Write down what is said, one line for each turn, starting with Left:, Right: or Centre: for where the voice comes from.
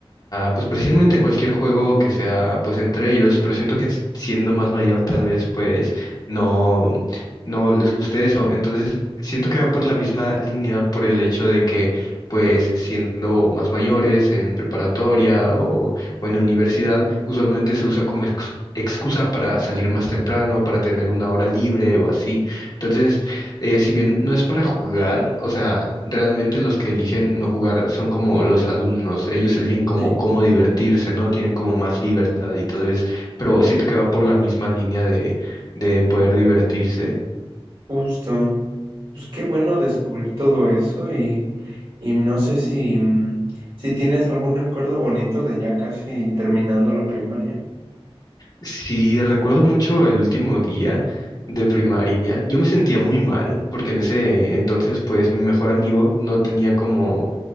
Left: pues precisamente cualquier juego que sea pues entre ellos, pero siento que siendo más mayor tal vez pues no, no les guste eso. Entonces siento que va por la misma línea por el hecho de que pues siendo más mayores en preparatoria o, o en universidad, usualmente se usa como ex- excusa para salir más temprano, para tener una hora libre o así. Entonces, eh, si bien no es para jugar, o sea, realmente los que eligen no jugar son como los alumnos, ellos eligen como
Right: Sí.
Left: cómo divertirse, ¿no? Tienen como más libertad y tal vez, pero siento que va por la misma línea de, de poder divertirse.
Right: Justo. Pues qué bueno descubrir todo eso y, y no sé si, mm, si tienes algún recuerdo bonito de ya casi terminando la primaria.
Left: Sí, recuerdo mucho el último día de primaria, yo me sentía muy mal, porque en ese entonces, pues, mi mejor amigo no tenía como